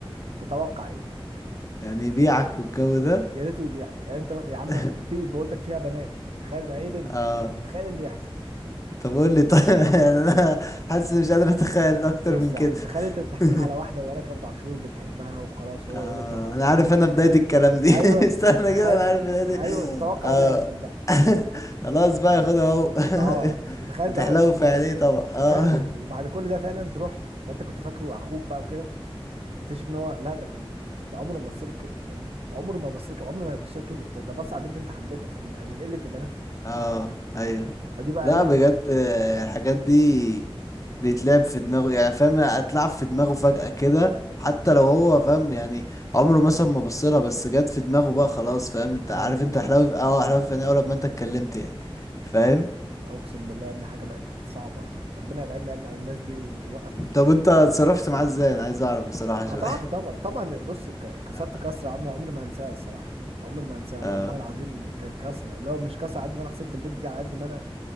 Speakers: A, on the right (about 85°); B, on the left (about 35°).
A: تتوقع ايه
B: يعني بيعك والجو ده
A: يا ريته يبيعك يعني انت يا عم
B: <laughs>
A: في بقولتك فيها بنات تخيل بقى ايه بنت
B: اه
A: تخيل إيه اللي يحصل
B: طب قول لي طيب <laughs> يعني انا حاسس إني مش قادر اتخيل اكتر
A: بص
B: من كده
A: يا عم تخيل انت بتحكي
B: <laughs>
A: له على واحده بقالك اربع شهور بتحبها وخلاص وهو
B: آه
A: يقول لك طب اكلمها
B: انا عارف انا
A: طب.
B: بداية الكلام دي
A: ايوه
B: <laughs> استنى
A: تخيل
B: كده انا عارف بداية
A: ايوه
B: إيه.
A: تتوقع
B: آه
A: ايه اللي هيحصل بقى
B: <laughs> خلاص بقى خدها اهو
A: اه
B: <laughs>
A: وتخيل
B: هتحلو
A: بقى
B: في عينيه طبعا اه
A: فعلا وبعد كل ده فعلا تروح له فانت كنت فاكره اخوك بقى وكده تكتشف ان هو لا ده كان ده عمره ما بص لك كده فاهمني عمره ما بص لك عمره ما هيبص لك كده ده, ده بص على البنت انت حبيتها فاهمني يعني من قله البنات
B: اه ايوه
A: فدي بقى
B: لا
A: ايه
B: بجد آه، الحاجات دي بيتلعب في دماغه يعني فاهم اتلعب في دماغه فجأة كده حتى لو هو فاهم يعني عمره مثلا ما بصلها بس جت في دماغه بقى خلاص فاهم انت
A: ايوه
B: عارف
A: والله
B: انت حلاوي في- اه حلاوي في عينيه اول ما انت اتكلمت يعني فاهم
A: اقسم بالله يا ابني حاجه بقت صعبه ربنا يبعدنا يا ابني عن الناس دي ويوقف
B: طب انت اتصرفت معاه ازاي انا عايز اعرف بصراحة شوية
A: قطعت طبعا طبعا بص ك- كسرت
B: <laughs> اه
A: كسره عمري عمري ما هنساها الصراحه عمري ما هنساها والله
B: آه.
A: العظيم كانت كسره اللي هو مش كسره على قد ما انا خسرت البنت دي على قد ما انا